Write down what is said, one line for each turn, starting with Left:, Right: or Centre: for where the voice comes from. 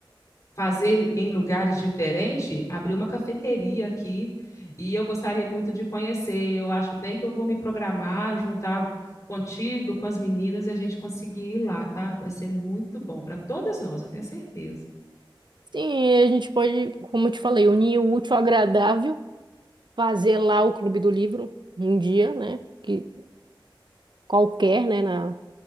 Left: fazer em lugares diferentes, abriu uma cafeteria aqui e eu gostaria muito de conhecer. Eu acho bem que eu vou me programar, juntar contigo, com as meninas e a gente conseguir ir lá, tá? Vai ser muito bom para todas nós, eu tenho certeza.
Right: sim, a gente pode, como eu te falei, unir o útil ao agradável, fazer lá o Clube do Livro um dia, né? Que qualquer, né? Na,